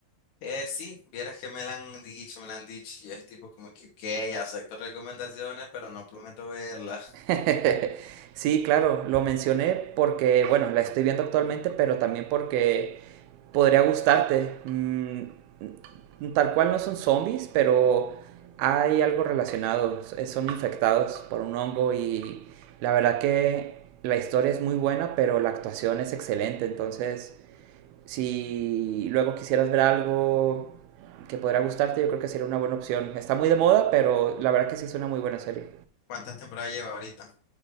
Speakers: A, on the left; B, on the right.
A: Eh, sí, vieras que me la han dicho, me la han dicho, y es tipo como que, ok, acepto recomendaciones, pero no prometo verla.
B: <laughs> Sí, claro, lo mencioné porque, bueno, la estoy viendo actualmente, pero también porque podría gustarte. Mm, mm, tal cual no son zombies, pero hay algo relacionado. Eh, Son infectados por un hongo y la verdad que la historia es muy buena, pero la actuación es excelente, entonces Si luego quisieras ver algo que podrá gustarte, yo creo que sería una buena opción. Está muy de moda, pero la verdad que sí es una muy buena serie.
A: <laughs> ¿Cuántas temporadas lleva ahorita?